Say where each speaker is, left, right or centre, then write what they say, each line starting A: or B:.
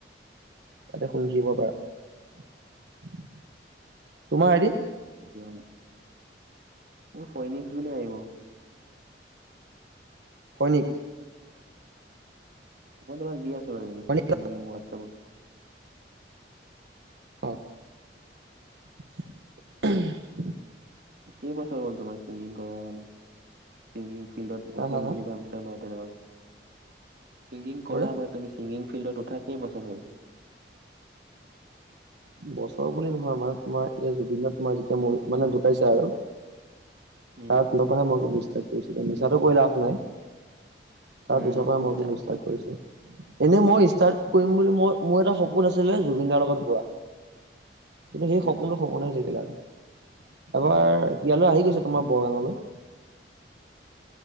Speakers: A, on the right (about 75°); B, on the right (about 55°).
A: তাতে শুনি থাকিব পাৰা। তোমাৰ আইদি
B: দিয়া মোক। মোৰ ফয়নিকছ বুলি আহিব।
A: ফৈনিক।
B: মই তোমাক দি আছোঁ। টো মানে ইনছ-
A: সৈনিক
B: ৱাটচএপত।
A: অ'। উমহ
B: কেইবছৰ হ'ল তোমাৰ ছিংগিং কৰা মানে? ছিংগিং ফিল্ডত
A: হা
B: উঠিম
A: হা হা
B: বুলি ভাবিছা বা ধন্যবাদ। ছিংগিং কৰা
A: বোলে
B: বা তুমি ছিংগিং ফিল্ডত উঠা কেইবছৰ হ'ল।
A: বছৰ বুলি নহয় মানে তোমাৰ এ জুবিন দা তোমাৰ যেতিয়া মৰি মানে ঢুকাইছে আৰু
B: উম,
A: তাত নপে মই ক দিছো কৰিছো মিছাটো কৈ লাভ নাই। তাৰ
B: উম,
A: পিছৰ পৰা
B: মিছা
A: মই কিন্তু ষ্টাৰট
B: কৈ কি
A: কৰিছো এনেই মই ষ্টাৰ্ট। কৰিম বুলি মই মোৰ এটা সপোন আছিলে জুবিন দাৰ লগত গোৱা। কিন্তু সেই
B: উম।
A: সপোনটো সপোন হৈ থাকিলে আৰু। এবাৰ ইয়ালৈ আহি গৈছে তোমাৰ বৰগাঙলৈ